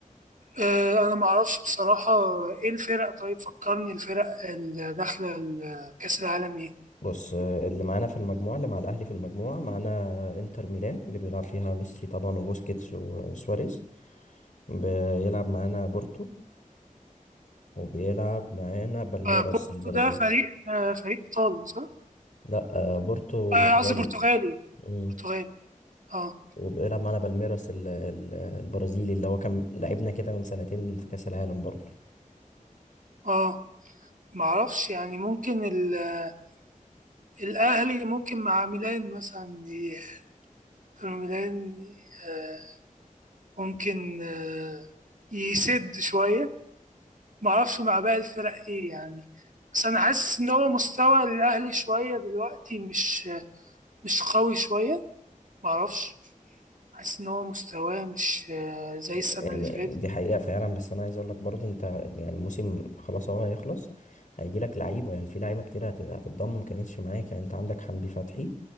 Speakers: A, on the right; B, on the left.
A: آه، انا ما اعرفش بصراحه ايه الفرق طيب فكرني الفرق اللي داخله ال- كاس العالم ايه
B: بص آه، اللي معانا في المجموعه اللي مع الاهلي في المجموعه معانا انتر ميلان اللي بيلعب فيها ميسي طبعا وبوسكيتس وسواريز بيلعب معانا بورتو وبيلعب معانا بالميراس
A: آه، بورتو
B: البرازيل
A: ده فريق آه، فريق ايطالي صح
B: لا آه، بورتو
A: آه،
B: برتغالي
A: قصدي برتغالي
B: مم.
A: برتغالي اه
B: وبيلعب معانا بالميراس ال- ال- البرازيلي اللي هو كان لعبنا كده من سنتين في كاس العالم برضه
A: اه ما اعرفش يعني ممكن ال- آه، الاهلي ممكن مع ميلان مثلا ي- ميلان آه، ممكن آه، يسد شويه ما اعرفش مع باقي الفرق ايه يعني بس انا حاسس ان هو مستوى الاهلي شويه دلوقتي مش مش قوي شويه معرفش حاسس إن هو مستواه مش آه، زي السنة
B: يعني
A: اللي فاتت
B: دي حقيقة فعلا بس أنا عايز أقول لك برضو أنت يعني الموسم خلاص أهو هيخلص هيجي لك لعيبة يعني في لعيبة كتير هت- هتتضم ما كانتش معاك يعني أنت عندك حمدي فتحي